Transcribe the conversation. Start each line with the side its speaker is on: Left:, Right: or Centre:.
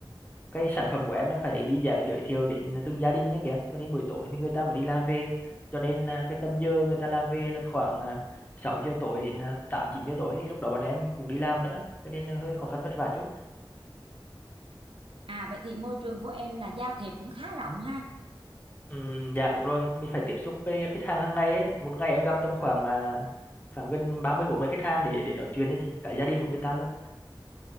Left: cái sản phẩm của em nó phải đi dạo giới thiệu đến từng gia đình nhé kìa cho nên buổi tối thì người ta mới đi làm về cho nên là cái tầm giờ người ta làm về là khoảng à, 6 giờ tối đến à, 8 9 giờ tối thì lúc đó bọn em cũng đi làm nữa cho nên là hơi khó khăn vất vả chút
Right: À vậy thì môi trường của em là giao thiệp cũng khá rộng ha.
Left: Ừm, dạ đúng rồi mình phải tiếp xúc với khách hàng hàng ngày ấy. một ngày em gặp tầm khoảng à, khoảng gần ba mươi bốn mươi khách hàng để để nói chuyện ấy chị cả gia đình của người ta luôn